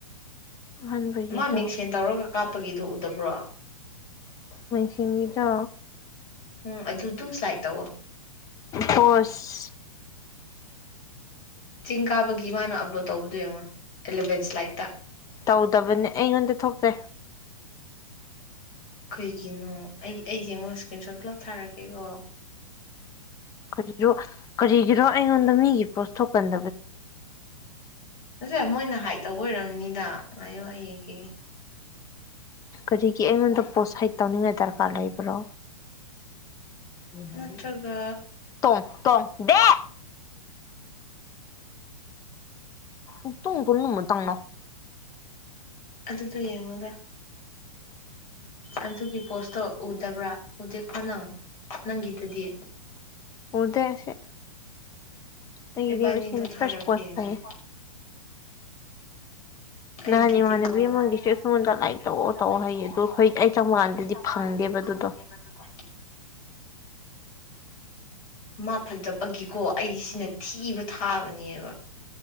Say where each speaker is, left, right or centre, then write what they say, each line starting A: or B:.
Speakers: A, on the left (about 20°); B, on the left (about 35°).
A: ꯑꯍꯥꯟꯕꯒꯤꯗꯣ
B: ꯃꯥ ꯃꯤꯡꯁꯦꯟ ꯇꯧꯔꯒ ꯀꯥꯞꯄꯒꯤꯗꯨꯣ ꯎꯗꯕ꯭ꯔꯣ
A: ꯃꯁꯤꯒꯤꯗꯣ
B: ꯎꯝ ꯑꯗꯨ ꯑꯗꯨꯝ ꯁ꯭ꯂꯥꯏ ꯇꯧꯑꯣꯣ
A: ꯄꯁ
B: ꯆꯤꯡ ꯀꯥꯕꯒꯤ ꯒꯤ ꯃꯥꯥꯟꯅ ꯑ ꯇꯧꯕꯗꯨ ꯌꯦꯡꯉꯣ ꯑꯦꯂꯚꯦꯟꯁ ꯂꯥꯏꯠꯇ
A: ꯇꯧꯗꯕꯅꯦ ꯑꯩꯉꯣꯟꯗ ꯊꯣꯛꯇꯦ
B: ꯀꯩꯒꯤꯅꯣ ꯑꯩ ꯑꯩ ꯌꯦꯡꯉꯣ ꯏꯁꯀ꯭ꯔꯤꯟ ꯁꯣꯠ ꯄꯨꯂꯞ ꯊꯥꯔꯀꯦꯀꯣ
A: ꯀꯔꯤꯔꯣ ꯀꯔꯤꯒꯤꯔꯣ ꯑꯩꯉꯣꯟꯗ ꯃꯤꯒꯤ ꯄꯣꯁ ꯊꯣꯛꯀꯅꯤ
B: ꯑꯁꯦ ꯃꯣꯏꯅ ꯍꯥꯏ ꯇꯧꯕ ꯑꯣꯏꯔꯝ ꯅꯤꯗ ꯑꯌꯨ ꯑꯩ ꯌꯦꯡꯈꯤ
A: ꯀꯔꯤꯒꯤ ꯑꯩꯉꯣꯟꯗ ꯄꯣꯁ ꯍꯠ ꯇꯧꯅꯤꯡꯉꯥꯏ ꯗꯔꯀꯥꯔ ꯂꯩꯕ꯭ꯔꯣ ꯌꯦꯡꯍꯟꯅꯤꯡꯗꯕꯒꯤ
B: ꯅꯠꯇ꯭ꯔꯒ
A: ꯇꯣꯡ ꯇꯣꯡ ꯗꯦ ꯎ ꯇꯨꯡ ꯇꯨꯡꯂꯃꯇꯪꯅꯣ
B: ꯑꯗꯨꯗꯣ ꯌꯦꯡꯉꯣꯗ ꯑꯗꯨꯒꯤ ꯄꯣꯁꯇꯣ ꯎꯗꯕ꯭ꯔꯥ ꯎꯗꯦꯀꯣ ꯅꯪ ꯅꯪꯒꯤꯗꯗꯤ
A: ꯎꯗꯦꯁꯦ ꯑꯩꯗꯤ
B: ꯏꯕꯥꯅꯤꯗꯣ
A: ꯐꯁ
B: ꯊꯥꯔꯛꯀꯦ
A: ꯄꯣꯁ
B: ꯌꯦꯡꯉꯣ
A: ꯂꯩꯌꯦ
B: ꯑꯩꯒꯤꯗꯤꯀꯣ
A: ꯅꯍꯥꯟ ꯏꯃꯥꯟꯅꯕꯤ ꯑꯃꯒꯤꯁꯨ ꯑꯩꯉꯣꯟꯗ
B: ꯃꯤ
A: ꯂꯥꯏꯔꯤꯛ ꯇꯧꯑꯣ
B: ꯐꯣꯟꯗ
A: ꯇꯧꯑꯣ
B: ꯂꯥꯏꯛ
A: ꯍꯥꯏꯌꯦ
B: ꯇꯧ
A: ꯑꯗꯨ ꯑꯩꯈꯣꯏ
B: ꯇꯧ ꯍꯥꯢ
A: ꯑꯩ ꯆꯪꯕꯀꯥꯟꯗꯗꯤ
B: ꯀꯩ ꯀꯩ ꯇꯧ ꯀꯥꯟꯗꯗꯤ
A: ꯐꯪꯗꯦꯕ ꯑꯗꯨꯗꯣ
B: ꯐꯪꯗꯦꯕ ꯑꯗꯨꯗ ꯃꯥꯐꯠꯇꯕꯒꯤꯀꯣ ꯑꯩꯁꯤꯅ ꯊꯤꯕ ꯊꯥꯕꯅꯦꯕ